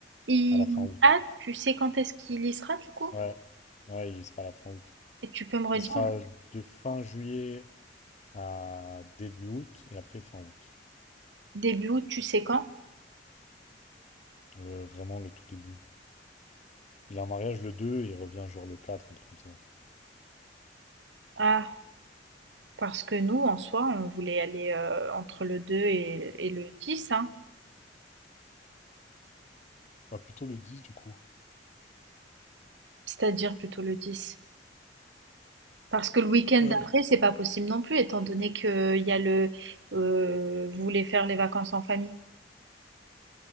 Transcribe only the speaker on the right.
il...
Ah, tu sais quand est-ce qu'il y sera du coup?
Et tu peux me redire,
début août, tu sais quand?
Ah, Parce que nous, en soi, on voulait aller, heu, entre le 2 et et le 10, hein.
C'est-à-dire plutôt le 10. Parce que le week-end
d'après, c'est pas possible non plus, étant donné que il y a le, heu, vous voulez faire les vacances en famille?